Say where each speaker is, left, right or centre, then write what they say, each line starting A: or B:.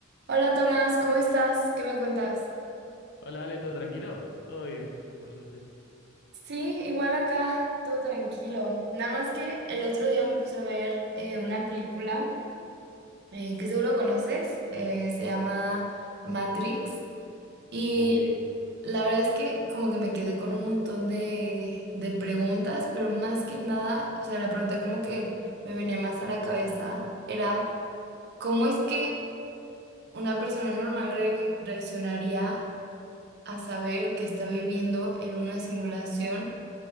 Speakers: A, on the right; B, on the left.
A: Hola Tomás, ¿cómo estás? ¿Qué me cuentas?
B: Hola, Ale, ¿todo tranquilo? Todo bien, por suerte.
A: Sí, igual acá, todo tranquilo. Nada más que el otro día me puse a ver eh, una película eh, que seguro conoces, eh, se llama Matrix y
B: Uh, sí,
A: la verdad es que como que me quedé con un montón de, de preguntas, pero más que nada, o sea, la pregunta como que me venía más a la cabeza era... ¿Cómo es que una persona normal re- reaccionaría a saber que está viviendo en una simulación